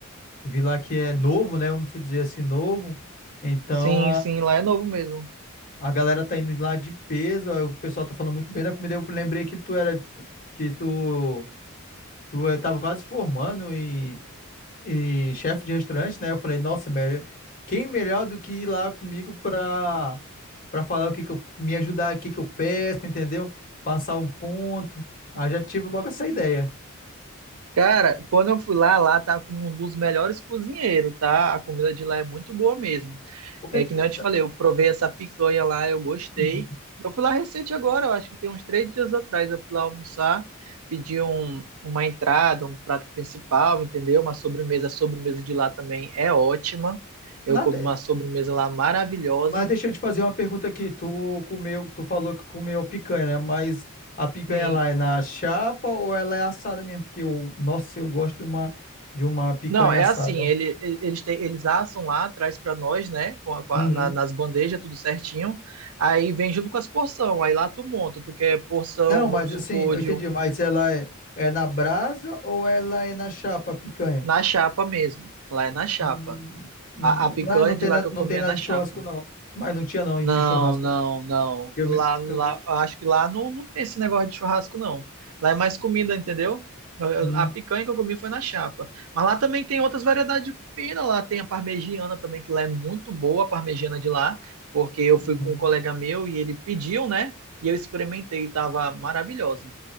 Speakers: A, on the left; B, on the right.
A: vi lá que é novo, né? Vamos se dizer assim, novo. Então,
B: Sim, sim, lá é novo mesmo.
A: A galera tá indo lá de peso, aí o pessoal tá falando muito bem da comida. Eu lembrei que tu era, que tu, tu eh, tava quase formando em, em chefe de restaurante, né? Eu falei, nossa, me- quem melhor do que ir lá comigo pra, pra falar o que que eu, me ajudar, o que que eu peço, entendeu? Passar um ponto. Aí já tive logo essa ideia.
B: Cara, quando eu fui lá, lá tá com um dos melhores cozinheiros, tá? A comida de lá é muito boa mesmo.
A: O que,
B: É
A: que-
B: que nem eu te falei, eu provei essa picanha lá, eu gostei.
A: Uhum.
B: Eu fui lá recente agora, eu acho que tem uns três dias atrás. Eu fui lá almoçar, pedi um, uma entrada, um prato principal, entendeu? Uma sobremesa. A sobremesa de lá também é ótima. Eu
A: Nada,
B: comi uma sobremesa lá maravilhosa.
A: Mas deixa eu te fazer uma pergunta aqui. Tu comeu, tu falou que comeu picanha, né? Mas a picanha
B: Sim.
A: lá é na chapa ou ela é assada mesmo? Porque eu, nossa, eu gosto de uma de uma picanha
B: Não, é
A: assada.
B: assim,
A: ó.
B: ele, ele- eles, têm- eles assam lá, traz para nós, né? Com a- com
A: Uhum.
B: a- na- nas bandejas, tudo certinho. Aí vem junto com as porção. Aí lá tu monta, tu quer porção,
A: Não, mas
B: vamos
A: assim,
B: supor,
A: eu
B: de
A: entendi,
B: um,
A: mas ela é, é na brasa ou ela é na chapa a picanha?
B: na chapa mesmo. Lá é na chapa.
A: Hum, hum.
B: A, a picanha
A: Lá não tem
B: de lá
A: nada,
B: que eu
A: não
B: comia
A: tem nada
B: na
A: de
B: chapa.
A: churrasco não. Mas não tinha não
B: Não,
A: de churrasco.
B: não,
A: né?
B: não.
A: Eu
B: Lá,
A: me,
B: lá,
A: eu me...
B: acho que lá não, não tem esse negócio de churrasco, não. Lá é mais comida, entendeu? Eu- eu-
A: Hum,
B: A picanha que eu comi foi na chapa. Mas lá também tem outras variedades de comida. Lá tem a parmegiana também, que lá é muito boa, a parmegiana de lá, porque eu
A: uhum.
B: fui com um colega meu e ele pediu, né? E eu experimentei e tava maravilhosa.